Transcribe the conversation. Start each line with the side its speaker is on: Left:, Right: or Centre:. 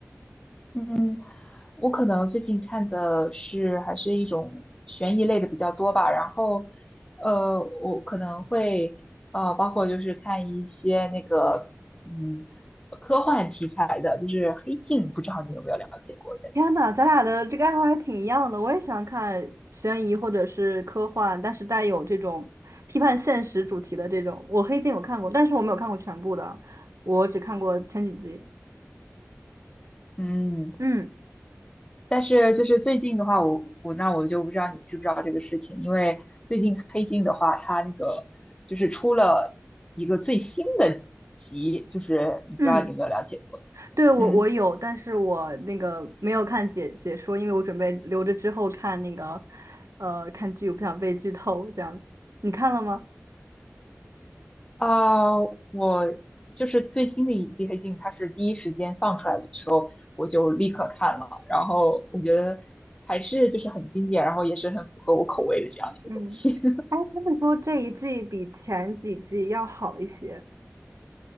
Left: 嗯，我可能最近看的是还是一种悬疑类的比较多吧，然后呃，我可能会呃，包括就是看一些那个嗯科幻题材的，就是《黑镜》，不知道你有没有了解过？
Right: 天呐，咱俩的这个爱好还挺一样的，我也喜欢看悬疑或者是科幻，但是带有这种批判现实主题的这种。我《黑镜》有看过，但是我没有看过全部的，我只看过前几集。
Left: 嗯，
Right: 嗯
Left: 但是就是最近的话，我我那我就不知道你知不知道这个事情，因为最近《黑镜》的话，它那个就是出了一个最新的集，就是你不知道你有没有了解过？
Right: 嗯，对，我我有，
Left: 嗯，
Right: 但是我那个没有看解解说，因为我准备留着之后看那个，呃，看剧，我不想被剧透这样子。你看了吗？
Left: 啊、我就是最新的一季《黑镜》，它是第一时间放出来的时候，我就立刻看了，然后我觉得还是就是很经典，然后也是很符合我口味的这样的一个东西。
Right: 嗯，哎，他们说这一季比前几季要好一些。